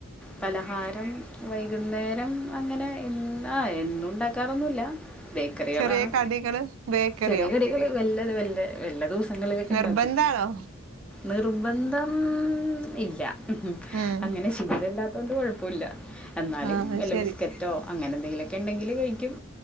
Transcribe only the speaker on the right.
ചെറിയ കടികള് ബേക്കറിയോ
നിർബന്ധാണോ
ഉം
ആ
ശരി